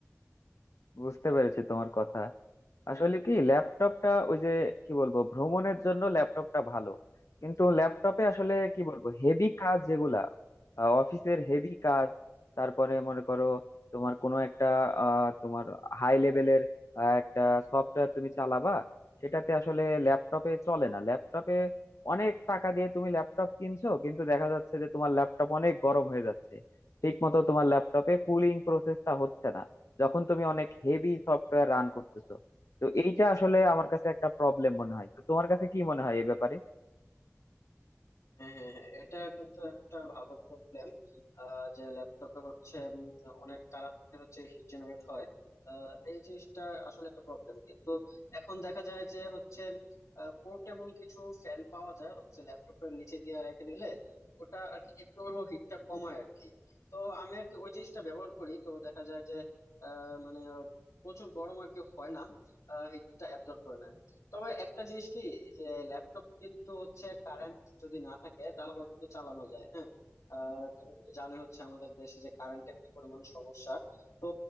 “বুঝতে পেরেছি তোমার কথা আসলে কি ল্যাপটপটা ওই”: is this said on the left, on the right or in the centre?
Left